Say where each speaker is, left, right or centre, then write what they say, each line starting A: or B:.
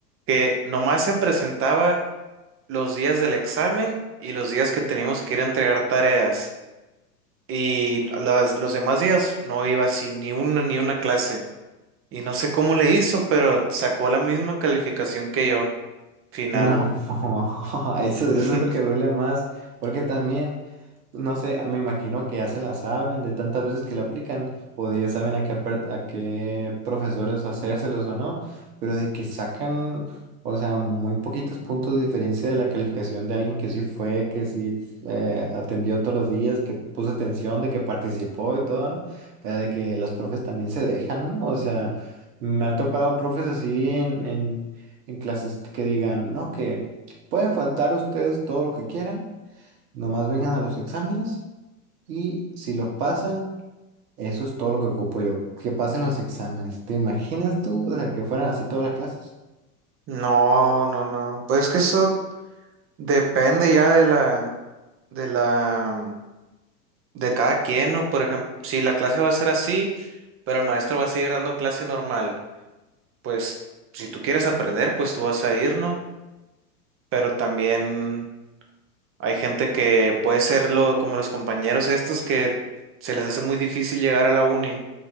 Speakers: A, on the right; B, on the right.
A: que nomás se presentaba los días del examen y los días que teníamos que ir a entregar tareas. Y las- los demás días no iba así, ni una ni una clase. Y no sé cómo le hizo, pero sacó la misma calificación que yo, final.
B: No, <laughs> eso, eso
A: <laughs>
B: es lo que duele más, porque también, no sé, me imagino que ya se la saben de tantas veces que la aplican, o de ya saben a qué, aper- a qué profesores hacérselos o no, pero de que sacan, o sea, muy poquitos puntos de diferencia de la calificación de alguien que sí fue, que sí eh, atendió todos los días, que puso atención, de que participó y todo, ¿no? Pero de que los profes también se dejan, ¿no? O sea... Me ha tocado profes así en, en en clases que digan, ¿no? Que pueden faltar ustedes todo lo que quieran, nomás vengan a los exámenes y si los pasan, eso es todo lo que ocupo yo, que pasen los exámenes. ¿Te imaginas tú? O sea, que fueran así todas las clases.
A: No, no, no. Pues es que eso depende ya de la, de la, de cada quien, ¿no? Por ejemplo, si la clase va a ser así, pero el maestro va a seguir dando clase normal, pues si tú quieres aprender, pues tú vas a ir, ¿no? Pero también. Hay gente que puede ser lo- como los compañeros estos que se les hace muy difícil llegar a la uni